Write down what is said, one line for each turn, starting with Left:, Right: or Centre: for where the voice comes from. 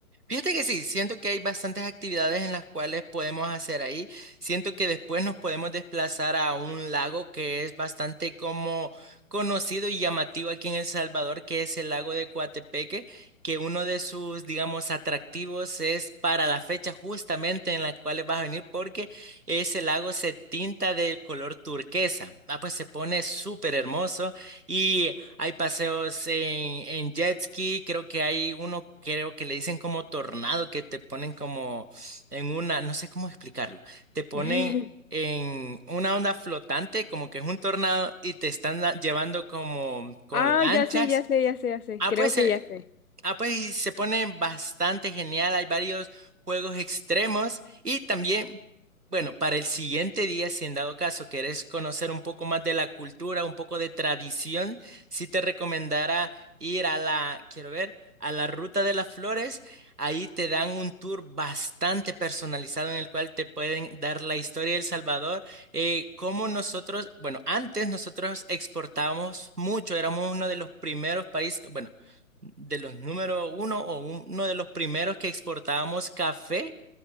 Right: Fíjate que sí, siento que hay bastantes actividades en las cuales podemos hacer ahí. Siento que después nos podemos desplazar a un lago que es bastante como conocido y llamativo aquí en El Salvador, que es el lago de Coatepeque, que uno de sus, digamos, atractivos es para la fecha justamente en la cual vas a venir, porque ese lago se tinta de color turquesa. Ah, pues se pone súper hermoso. Y hay paseos en, en jet ski, creo que hay uno, creo que le dicen como tornado, que te ponen como en una, no sé cómo explicarlo, te ponen
Left: <laughs>
Right: en una onda flotante, como que es un tornado, y te están da- llevando como con
Left: Ah,
Right: lanchas.
Left: ya sé, ya sé, ya sé, ya sé.
Right: Ah,
Left: Creo
Right: pues
Left: que
Right: eh,
Left: ya sé.
Right: Ah, pues y se pone bastante genial. Hay varios juegos extremos y también, bueno, para el siguiente día, si en dado caso quieres conocer un poco más de la cultura, un poco de tradición, sí te recomendara ir a la, quiero ver, a la Ruta de las Flores. Ahí te dan un tour bastante personalizado en el cual te pueden dar la historia de El Salvador, eh, cómo nosotros, bueno, antes nosotros exportábamos mucho, éramos uno de los primeros países, bueno de los número uno o uno de los primeros que exportábamos café.